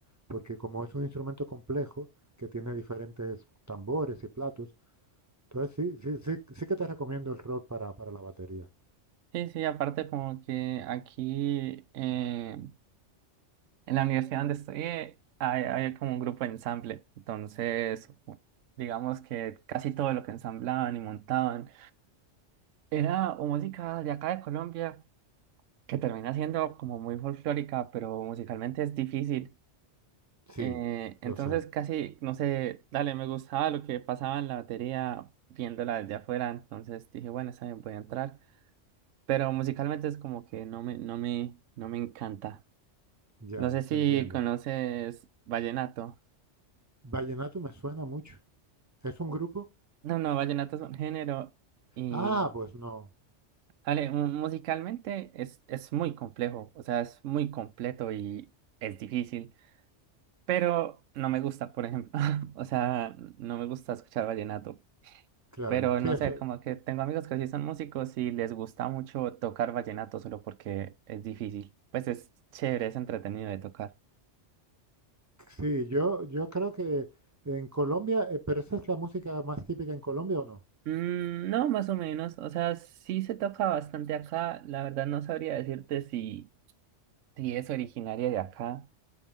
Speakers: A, on the right (about 30°); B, on the right (about 85°).
A: porque como es un instrumento complejo, que tiene diferentes tambores y platos, entonces sí, sí, sí, sí que te recomiendo el rock para, para la batería.
B: Sí, sí, aparte como que aquí eh, en la universidad donde estudié hay, hay como un grupo de ensamble. Entonces, digamos que casi todo lo que ensamblaban y montaban era o música de acá de Colombia que termina siendo como muy folclórica, pero musicalmente es difícil.
A: Sí,
B: Eh, entonces
A: lo sé,
B: casi, no sé, dale, me gustaba lo que pasaba en la batería viéndola desde afuera, entonces dije, bueno, está bien, voy a entrar, pero musicalmente es como que no me, no me, no me encanta.
A: ya,
B: No sé si
A: te entiendo.
B: conoces vallenato.
A: Vallenato me suena mucho. ¿Es un
B: o-
A: grupo?
B: No, no, vallenato es un género y,
A: Ah, pues no,
B: dale, mu- musicalmente es, es muy complejo, o sea, es muy completo y es difícil. pero no me gusta, por ejemplo. <laughs> O sea, no me gusta escuchar vallenato.
A: claro.
B: Pero no
A: Sí, eso,
B: sé, como que tengo amigos que sí son músicos y les gusta mucho tocar vallenato solo porque es difícil. Pues es chévere, es entretenido de tocar.
A: sí, yo, yo creo que en Colombia, eh, pero esa es la música más típica en Colombia o no?
B: Mm, no, más o menos. O sea, sí se toca bastante acá. La verdad no sabría decirte si, si es originaria de acá,